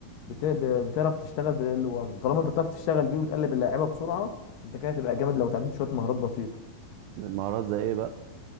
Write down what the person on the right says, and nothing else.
المهارات زي ايه بقى